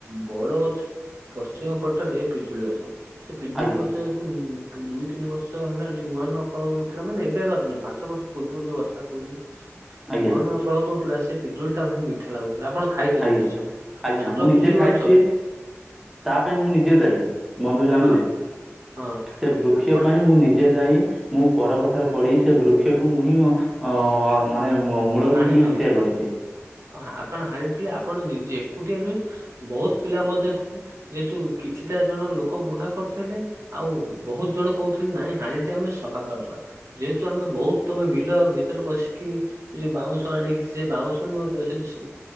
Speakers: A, on the right; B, in the centre.
A: ବଉଳ ଗଛ ପଶ୍ଚିମ ପଟରେ ପିଜୁଳି ଗଛ। ସେ ପିଜୁଳି
B: ଆଜ୍ଞା
A: ଗଛ ଠୁ ଦୁଇ ତିନି ବର୍ଷ ହେଲାଣି ନୂଆ ନୂଆ ଫଳ ଦଉଥିଲା ମାନେ ଏବେ କଥା ନୁହଁ ପାଞ୍ଚ ବର୍ଷ ପୂର୍ବରୁ ଯୋଉ କଥା କହୁଛି।
B: ଆଜ୍ଞା
A: ନୂଆ ନୂଆ ଫଳ ଦଉଥିଲା ସେ ପିଜୁଳି ଟା ଭାରି ମିଠା ଲାଗୁଥିଲା। ଆପଣ ଖାଇଥିବେ
B: ଆଜ୍ଞା
A: ନିଶ୍ଚୟ
B: ଆଜ୍ଞା
A: ଛୋଟ
B: ମୁଁ ନିଜେ
A: ପିଜୁଳି
B: ଖାଇଛି
A: ଅଛ।
B: ତା ପାଇଁ ମୁଁ ନିଜେ ଦାଈ ବନ୍ଧୁ ଜାଣିଲେ?
A: ହଁ ହଁ
B: ସେ ବୃକ୍ଷ
A: ଆପଣ
B: ପାଇଁ ମୁଁ ନିଜେ ଦାଈ। ମୁଁ ପର କଥାରେ ପଡି ସେ ବୃକ୍ଷକୁ ମୁଁ ହିଁ ଅ ମାନେ ମୂଳରୁ
A: ହାଣିଥିଲେ।
B: ହିଁ ହତ୍ୟା କରିଛି।
A: ହଁ ଆପଣ ହାନିଥିଲେ ଆପଣ ନିଜେ ଏକୁଟିଆ ନୁହେଁ ବହୁତ ପିଲା ମଧ୍ୟ ଥିଲେ। ଯେହେତୁ କିଛିଟା ଜଣ ଲୋକ ମନା କରିଥିଲେ। ଆଉ ବହୁତ ଜଣ କହୁଥିଲେ ନାଇଁ ହାଣି ଦେ ଆମେ ସଫା କରିଦବା। ଯେହେତୁ ଆମେ ବହୁତ ତମେ ବିଲ ଭିତରେ ପଶିକି। ସେ ଯୋଉ ବାଉଁଶ ଆଣିକି ସେ ବାଉଁ ନୁହେଁ ତ ସେ